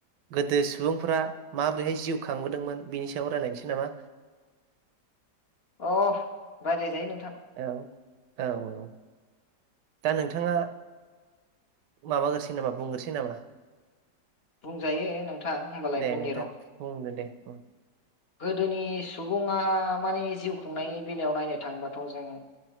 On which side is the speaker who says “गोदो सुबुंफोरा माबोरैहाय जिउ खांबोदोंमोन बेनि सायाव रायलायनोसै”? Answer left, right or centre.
Right